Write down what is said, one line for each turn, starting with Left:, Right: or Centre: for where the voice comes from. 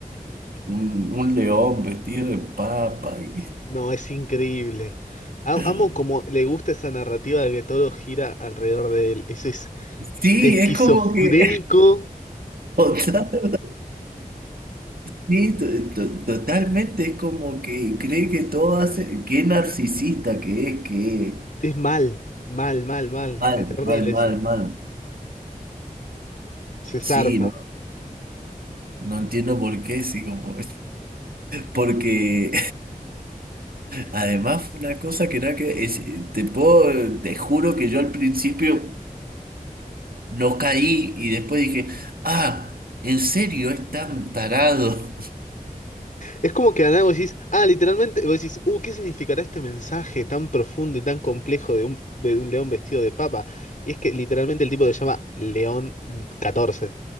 Right: <laughs> un, un león vestido de papa. y-
Left: no, es increíble. A-
Right: <laughs>
Left: Amo como le gusta esa narrativa de que todo gira alrededor de él. Eso es
Right: Sí,
Left: De esquizofrénico
Right: es como que... <laughs> total- sí, to- to- totalmente, es como que cree que todo hace... Qué narcisista que es, que...
Left: es mal, mal, mal, mal.
Right: Mal,
Left: Es terrible
Right: mal,
Left: eso.
Right: mal, mal.
Left: Se zarpa.
Right: Sí, no, no entiendo por qué, sí, como... <laughs> Porque... Además, fue una cosa que nada que es- te puedo, te juro que yo al principio no caí y después dije, ah, ¿en serio es tan tarado?
Left: Es como que de la nada vos decís, ah, literalmente, vos decís, uh, ¿qué significará este mensaje tan profundo y tan complejo de un, de un león vestido de papa? Y es que literalmente el tipo se llama León catorce,